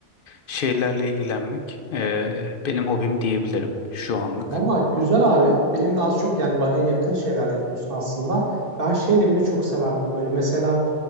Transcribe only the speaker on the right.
Vallahi güzel abi. Benim de az çok yani bana yakın şeyler yapıyorsun aslında. Ben şeyle bile çok severdim böyle. Mesela